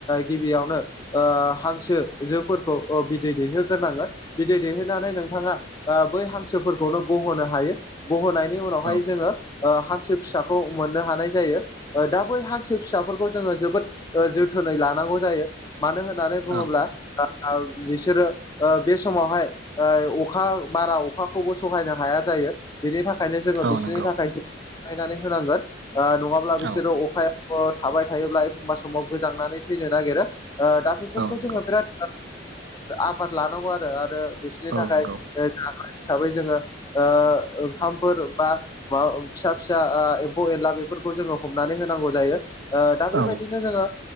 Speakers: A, on the left; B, on the right.
A: गिबियावनो हांसो ओ जोफोरखौ बिदै दैहोग्रोनांगोन। बिदै दैहोननानै नोंथाङा बै हांसोफोरखौनो गहोनो हायो गहोनाय बेनि उनावहाय
B: औ
A: जोङो हांसो फिसाखौ मोननो हानाय जायो। दा बै हांसो फिसाफोरखौ जोङो जोबोद जोथोनै लानांगौ जायो मानो होननानै। बुङोब्ला
B: औ
A: बिसोरो बे समावहाय। ओ अखा बारा अखाखौबो सहायनो हाया जायो बेनि थाखाय जोङो
B: औ
A: बिसोरनि
B: नंगौ
A: थाखायो बानायनानै होनांगोन नङाब्ला बिसोरो
B: औ
A: अखाया थाबाय थायोब्ला एखमबा समाव गोजांनानै थैनो नागिरो दा
B: औ
A: बेफोरखौ
B: नंगौ
A: जोङो बिराद आबाद लानांगौ आरो आरो बिसोरनि
B: औ
A: थाखाय
B: नंगौ
A: जाग्रा हिसाबै जोङो ओ ओंखाम फोर बा माबा फिसा फिसा एम्फौ एनला बेफोरखौ जोङो हमनानै होनांगौ जायो। दा बेबायदिनो
B: औ
A: जोङो